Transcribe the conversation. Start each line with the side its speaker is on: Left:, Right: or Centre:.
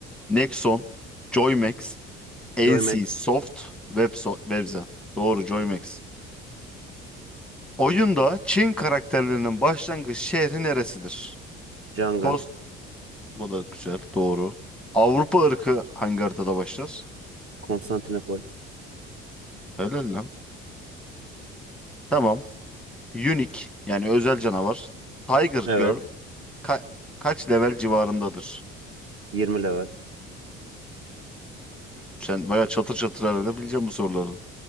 Centre: Nexon, Joymax, NC
Right: Joymax,
Centre: Soft Web so Webzen. Doğru Joymax. Oyunda Çin karakterlerinin başlangıç şehri neresidir?
Right: Jangan,
Centre: Kos bu da güzel. Doğru. Avrupa ırkı hangi haritada başlar?
Right: Konstantinopol.
Centre: Helal lan. Tamam. Unique yani özel canavar. Tiger
Right: Evet.
Centre: Girl ka- kaç level civarındadır?
Right: Yirmi level.
Centre: Sen bayağı çatır çatır herhalde bileceksin bu soruları.